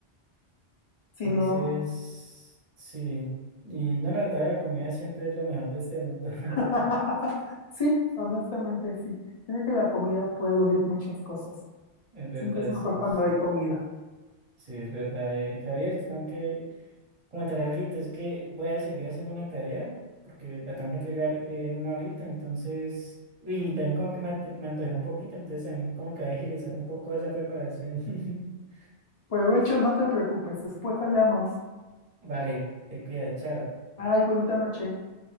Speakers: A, on the left; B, on the right.
A: si
B: Entonces,
A: no.
B: sí. Y no, la verdad, la comida siempre es lo mejor de este mundo. <laughs>
A: <laughs> Sí, honestamente sí. Creo que la comida puede unir muchas cosas.
B: Es verdad,
A: Siempre es mejor
B: sí, es-
A: cuando hay comida.
B: sí, es verdad. eh. Javier, te tengo que comentar algo, es que voy a seguir haciendo una tarea porque la tengo que entregar en una horita, entonces, y también como que me, ate- me antojé un poquito, entonces también como que voy a agilizar un poco esa preparación. <laughs>
A: Provecho, no te preocupes, después hablamos.
B: Vale, te cuidas, chao.
A: Ay, bonita noche.